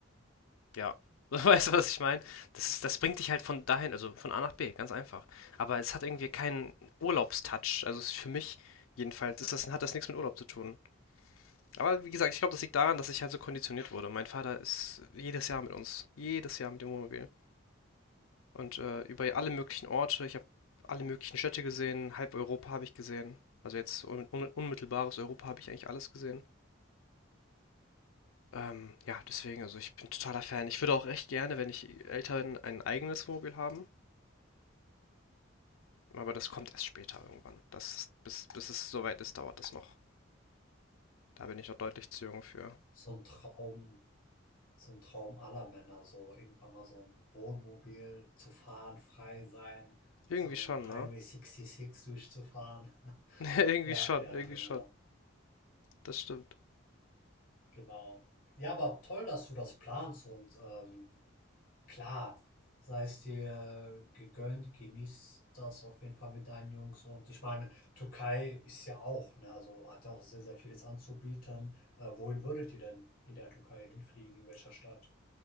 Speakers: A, on the left; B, on the left.
A: Ja. <laughs> So, Weißt du, was ich meine? Das ist, das bringt dich halt von dahin, also von A nach B, ganz einfach. Aber es hat irgendwie keinen Urlaubstouch. Also es ist für mich jedenfalls ist das, hat das nichts mit Urlaub zu tun. Aber wie gesagt, ich glaube, das liegt daran, dass ich halt so konditioniert wurde. Mein Vater ist jedes Jahr mit uns. Jedes Jahr mit dem Wohnmobil. Und äh, über alle möglichen Orte, ich habe alle möglichen Städte gesehen, halb Europa habe ich gesehen. Also jetzt un un unmittelbares Europa habe ich eigentlich alles gesehen. Ähm, ja, deswegen, also ich bin totaler Fan. Ich würde auch recht gerne, wenn ich älter bin, ein eigenes Wohnmobil haben. Aber das kommt erst später irgendwann. Das, bis, bis es soweit ist, dauert das noch. Da bin ich noch deutlich zu jung für.
B: So ein Traum, so ein Traum aller Männer, so irgendwann mal so ein Wohnmobil zu fahren, frei sein,
A: Irgendwie
B: so
A: schon, ne?
B: Highway
A: <laughs>
B: 66 durchzufahren. <laughs>
A: Ja, Irgendwie
B: Ja,
A: schon,
B: ja,
A: irgendwie
B: genau,
A: schon. Das stimmt.
B: genau. Ja, aber toll, dass du das planst und ähm, klar, sei es dir gegönnt, genieß das auf jeden Fall mit deinen Jungs und ich meine, Türkei ist ja auch, ne, also hat ja auch sehr, sehr vieles anzubieten. Äh, wohin würdet ihr denn in der Türkei hinfliegen, in welcher Stadt?